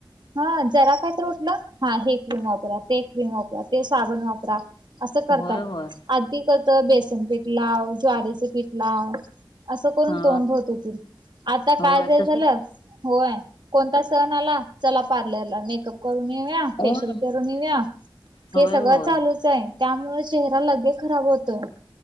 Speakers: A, on the right; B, on the left.
A: ह जरा काय तर उठ हा, हे क्रीम वापरा, ते कम वापरा, ते साबण वापरा असं करतात
B: होय होय
A: आधी कस, बेसन पिठ लाव, ज्वारीच पिठ लाव असं करून
B: हा
A: तोंड धुवत येतील, आता
B: होय
A: काय जाय
B: तसच
A: झालं होय कोणता सण आला चला पार्लरला, मेकअप करून येऊया,
B: होय.
A: फेशियल करून येऊया
B: होय
A: हे सगळ
B: होय
A: चालूच ये, त्यामुळे चेहरा लगेच खराब होतो.